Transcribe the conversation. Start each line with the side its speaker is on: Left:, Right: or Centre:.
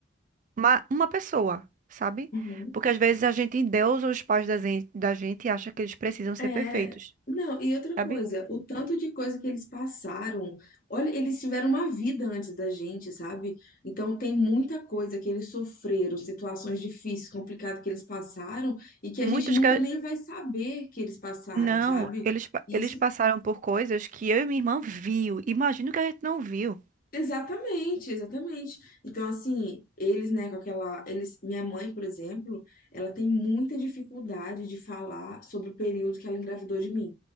Right: uma, uma pessoa, sabe?
Left: uhum.
Right: Porque às vezes a gente endeusa os pais da gente, da gente e acha que eles precisam ser
Left: É,
Right: perfeitos,
Left: não, e outra
Right: sabe?
Left: coisa, o tanto de coisa que eles passaram, olha, eles tiveram uma vida antes da gente, sabe? Então tem muita coisa que eles sofreram, situações difíceis, complicadas que eles passaram e que a gente
Right: Muitos
Left: nunca
Right: que
Left: nem vai saber que eles passaram,
Right: Não,
Left: sabe?
Right: eles, pa-
Left: Isso
Right: eles passaram por coisas que eu e minha irmã viu. Imagino que a gente não viu
Left: Exatamente, exatamente. Então, assim, eles, né, com aquela, eles, minha mãe, por exemplo, ela tem muita dificuldade de falar sobre o período que ela engravidou de mim.